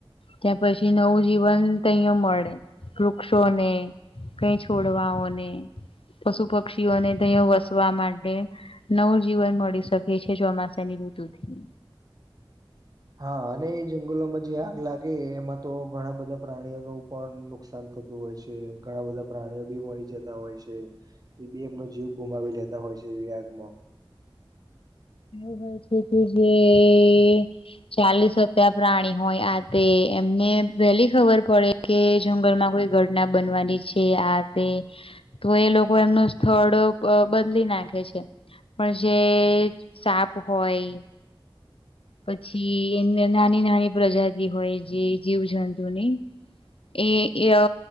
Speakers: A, on the left; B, on the right.
A: ત્યાં પછી નવું જીવન ત અહીયા મળે વૃક્ષોને કઈ છોડવાઓને પશુ પક્ષીઓને તયા વસવા માટે. નવું જીવન મળી શકે છે ચોમાસાની ઋતુથી.
B: હા અને એ જંગલોમાં જે આગ લાગે એમાં તો ઘણા બધા પ્રાણીઓ ન પણ નુકસાન. થતું હોય છે ઘણા બધા પ્રાણીઓ બી મળી જતા હોય છે. એ બી એમનો જીવ ગુમાવી લેતા હોય છે એવી આગમાં. <inaudible>
A: ય છે તું જે. ચાલીસકા પ્રાણી હોય આ તે એમને વેલી ખબર પડે. કે જંગલમાં કોઈ ઘણના બનવાની છે આ તે. તો એ લોકો એમનું સ્થળ બદલી નાખે છે પણ જે. સાપ હોય પછી એ નાની નાની પ્રજાતિ હોય જે જીવ જંતુ ની. એ ઈઅ